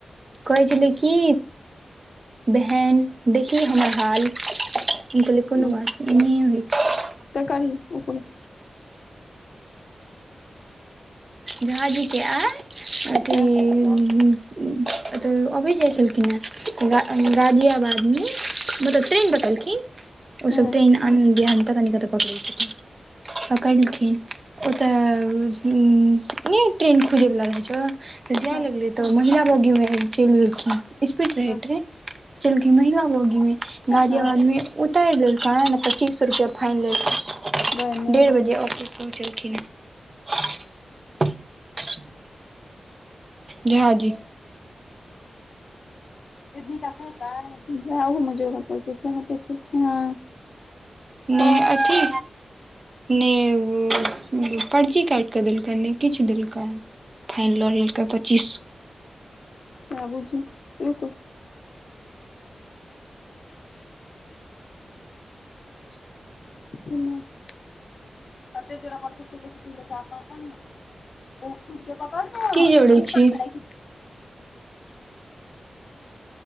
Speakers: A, on the right; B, on the left.
A: कहै छलै की। बहन देखी हमर हाल, हम कहलीये कोनो
B: हूँ
A: बात नहि एनाए होइत छै।
B: तऽ करी ओ ह।
A: झा जी आइ अथि
B: हँ
A: <unintelligible> तऽ अबै जाइ छलखिन हे गा गाजियाबादमे। मतलब ट्रेन बतेलखिन ओसभ
B: हँ
A: ट्रेन देहान कनि कतऽ पकड़ै छथिन। पकड़लखिन ओत ह नै ट्रेन खुजे वला रहै छौ, त जाय
B: हँ
A: लगले तऽ महिला बोगीमे चलि एखिन। इस्पीड रहै
B: हँ
A: ट्रेन। चलके महिला बोगीमे गाजियाबादमे
B: हँ
A: उतरि देलक है ने पच्चीस सौ रुपया। फाइनल लेल कऽ
B: घरमे
A: देर बजे ऑफिस पहुँचलखिन हेँ। <inaudible> झा जी।
B: एतने तऽ सेहेते ओहोमे जोड़ऽ पड़तै, से है, देखै छियै हँ।
A: नहि
B: कह
A: अथि। नहि, पर्ची काटि कऽ देलकनि, नहि किछु देलकनि। फाइन लऽ लेलकै, पच्चीस सए।
B: सऽ बुझी, रुकू। हु कतऽ जोड़ पड़तै से देखब तऽ पखन ने। ओ कुड़के पकड़
A: की जोड़ै
B: ने पक।
A: छी